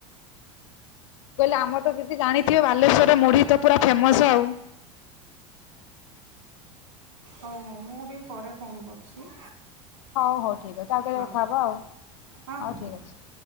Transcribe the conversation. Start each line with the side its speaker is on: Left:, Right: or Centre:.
Left: ମୁଁ କହିଲି ଆମର ତ ଦିଦି ଜାଣିଥିବେ ବାଲେଶ୍ଵରରେ ମୁଢ଼ି ତ ପୁରା ଫେମସ ଆଉ।
Right: ହଉ ହଉ। ମୁଁ ଟିକେ ପରେ ଫୋନ୍ କରୁଛି?
Left: ହଉ ହଉ ଠିକ୍ ଅଛି। ଆଉ କେବେ
Right: ହଁ
Left: କଥା
Right: ହଁ
Left: ହବା ଆଉ।
Right: ହଁ
Left: ହଉ
Right: ହଁ
Left: ଠିକ୍ ଅଛି।